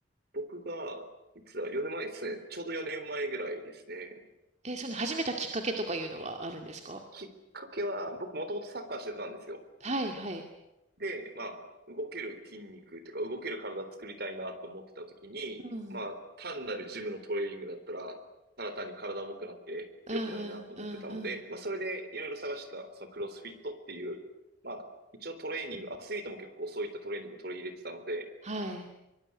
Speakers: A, on the right; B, on the right.
A: 僕が、いつだ、4年前ですね。ちょうど4年前ぐらいですね。
B: えーその始めたきっかけとかいうのはあるんですか
A: きっかけは、僕もともとサッカーしてたんですよ。
B: はい、はい。
A: で、まあ、動ける筋肉というか、動ける体作りたいなと思ってた時に、
B: うん
A: まあ、単なるジムのトレーニングだったら、ただ単に体重くなって良くないなと思ってたので、
B: うんうんうんうん。
A: まあ、それでいろいろ探してた、そのクロスフィットっていう、まあ、一応トレーニング、アスリートも結構そういったトレーニング取り入れてたので、
B: はい。